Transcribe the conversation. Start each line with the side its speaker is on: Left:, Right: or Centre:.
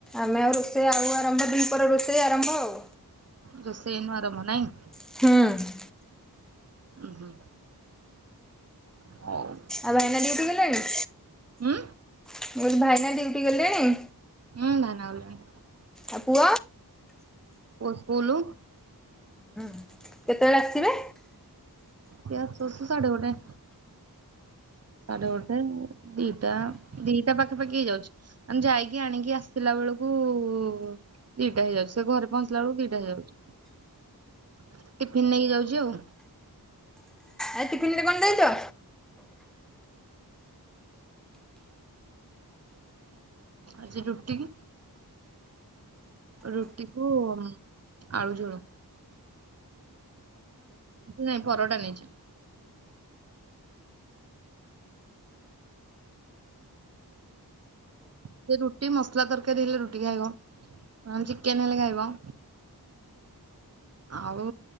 Centre: ଆମେ ଆଉ ରୋଷେଇ ଆଉ ଆରମ୍ଭ ଦିପହର ରୋଷେଇ ଆରମ୍ଭ ଆଉ।
Right: ରୋଷେଇ ଏନୁ ଆରମ୍ଭ ନାହିଁ।
Centre: ହୁଁ।
Right: ଉଁ ହୁଁ। ହଉ।
Centre: ଆଉ ଭାଇନା ଡ୍ୟୁଟି ଗଲେଣି?
Right: ହୁଁ
Centre: ମୁଁ କହିଲି ଭାଇନା ଡ୍ୟୁଟି ଗଲେଣି?
Right: ଉଁ ଭାଇନା ଗଲେଣି।
Centre: ଆଉ ପୁଅ?
Right: ପୁଅ ସ୍କୁଲୁ।
Centre: ହୁଁ କେତେବେଳେ ଆସିବେ।
Right: ସିଏ ଆସୁ ଆସୁ ସାଢ଼େ ଗୋଟେ। ସାଢେ ଗୋଟେ ଦିଇଟା ଦିଇଟା ପାଖାପାଖି ହେଇ ଯାଉଚି। ଆମେ ଯାଇକି ଆଣିକି ଆସିଲା ବେଳକୁ ଉ ଦିଇଟା ହେଇଯାଉଚି ସେ ଘରେ ପହଞ୍ଚିଲା ବେଳକୁ ଦିଟା ହେଇଯାଉଚି ଟିଫିନ୍‌ ନେଇକି ଯାଉଚି ଆଉ।
Centre: ଆଜି ଟିଫନରେ କଣ ଦେଇଚ?
Right: ଆଜି ରୁଟି କି ରୁଟିକୁୁ ଉଁ ଆଳୁ ଝୋଳ। ନାଇଁ ପରଟା ନେଇଚି। ସେ ରୁଟି ମସଲା ତରକାରୀ ହେଲେ ରୁଟି ଖାଇବ। ନହନ ଚିକେନ ହେଲେ ଖାଇବ। ଆଉ